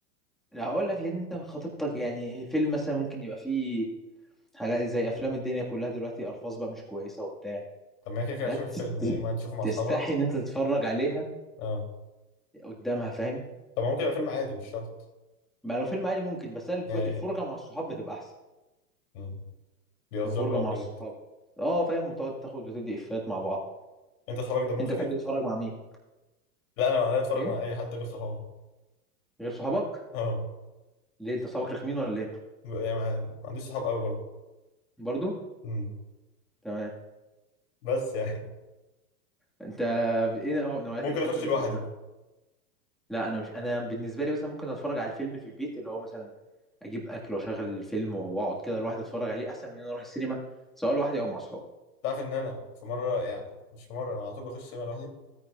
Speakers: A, in the centre; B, on the left.
A: لا هقول لك لان انت خطيبتك يعني الفيلم مثلا ممكن يبقى فيه حاجات زي افلام الدنيا كلها دلوقتي الفاظ بقى مش كويسه وبتاع
B: طب ما هي كده كده
A: حاجات
B: هتشوف الفيلم
A: تست-
B: يعني ما هتشوفه مع
A: تستحي
B: اصحابها
A: ان انت تتفرج عليها
B: اه
A: قدامها فاهم
B: طب ما ممكن يبقى فيلم عادي مش شرط
A: بقى لو فيلم عادي ممكن بس الف-
B: يعني
A: الفرجه مع الصحاب بتبقى احسن
B: مم. بيهزروا
A: فرجه
B: بقى
A: مع
B: وكده
A: الصحاب اه فاهم وتقعد تاخد وتدي افيهات مع بعض
B: انت اصحابك دمهم
A: انت
B: خفيف
A: بتحب تتفرج مع مين
B: لا انا معايا اتفرج
A: ايه
B: مع اي حد غير صحابي
A: غير صحابك
B: اه
A: ليه انت صحابك رخمين ولا ايه
B: يعني ما ما عنديش صحاب قوي برضه
A: برضو
B: مم.
A: تمام
B: بس يعني
A: انت ايه نوعيات
B: ممكن
A: الافلام
B: اخش
A: اللي
B: لوحدي
A: تحبها لا انا مش انا بالنسبه لي مثلا ممكن اتفرج على الفيلم في البيت اللي هو مثلا اجيب اكل واشغل الفيلم واقعد كده لوحدي اتفرج عليه احسن من ان انا اروح السينما سواء لوحدي او مع اصحابي
B: تعرف ان انا في مره يعني مش في مره انا على طول بخش سينما لوحدي